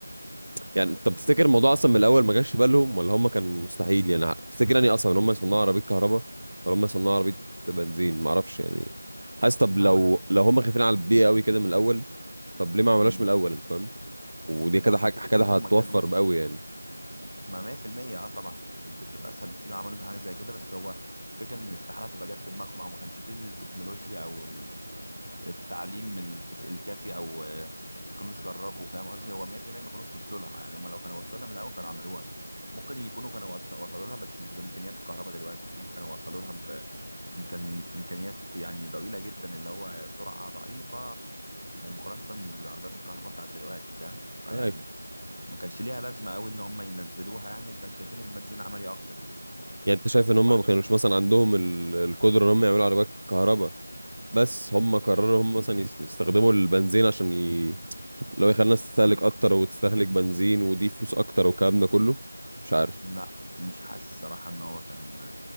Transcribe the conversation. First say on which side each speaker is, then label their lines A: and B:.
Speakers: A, on the right; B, on the right.
A: يعني انت بتفتكر الموضوع اصلا من الاول ما جاش في بالهم ولا هم كان مستحيل يعني تفتكر يعني اصلا ان هم يصنعوا عربية كهرباء ولا هم يصنعوا عربية بنزين ما اعرفش يعني حاسس طب
B: لا
A: لو
B: وانا
A: لو هم خايفين على البيئة قوي كده من الاول طب ليه ما عملوش
B: مم.
A: من الاول انت فاهم ودي
B: لا
A: كده حاجة
B: هو كده كده
A: كده هتوفر
B: ما كانوش
A: بقوي يعني
B: ما 100% اه طبعا يعني كده تبقى اسهل بكتير لو عملوا حاجه زي كده بس هو فكره ان استحاله تبقى جت في دماغهم او ما كانش فيه التكنولوجيا او ال التعليم الكف... الكافي او آه، ما كانوش جربوا فاهم قصدي هو 100% ما كانوش وصلوا لها يعني هم لو كانوا وصلوا لها من الاول كانوا عملوها ممكن يكونوا كانوا وص- وصلوا لها بس مش بامكانيات الكهرباء دلوقتي دي كانوا وصلوا لها بامكان امكانيات يعني ضئيله جدا اللي هو سرعه ضعيفه يعني مقارنه بعربيات الكهرباء بتاعت دلوقتي فاهم فيعني
A: طيب.
B: ما كانش ليها لازمه قوي ان هم ينزلوها يعني وكانوا شايفين البنزين عملي اكتر يعني
A: يعني انت شايف ان هم
B: وبع-
A: ما كانوش مثلا عندهم ال- القدره ان هم يعملوا عربيات كهرباء بس هم قرروا هم مثلا يس- يستخدموا البنزين عشان ي... لو يخلي الناس تستهلك اكتر وتستهلك بنزين ودي فلوس اكتر والكلام ده كله مش عارف
B: لا مش حاسس صراحة ان هو كان